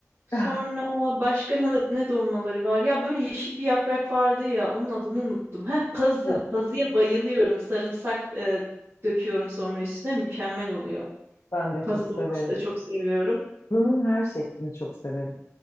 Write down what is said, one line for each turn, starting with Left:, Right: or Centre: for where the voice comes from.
Right: Sonra
Left: <laughs>
Right: başka ne, ne dolmaları var? Ya böyle yeşil bir yaprak vardı ya onun adını unuttum. Heh pazı.
Left: Ah,
Right: Pazıya bayılıyorum. Sarımsak e, döküyorum sonra üstüne mükemmel oluyor.
Left: Ben de
Right: Pazı
Left: çok severim.
Right: dolması da çok seviyorum.
Left: Fırının her şeklini çok severim.